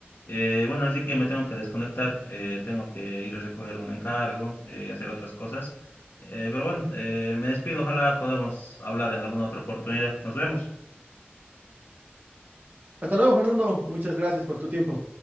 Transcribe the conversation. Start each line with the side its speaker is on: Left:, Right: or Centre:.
Left: Eh, bueno, Enrique, me tengo que desconectar, eh, tengo que ir a recoger un encargo eh, y hacer otras cosas. Eh, pero bueno, eh, me despido, ojalá podamos hablar en alguna otra oportunidad. Nos vemos.
Right: Hasta luego, Fernando. Muchas gracias por tu tiempo.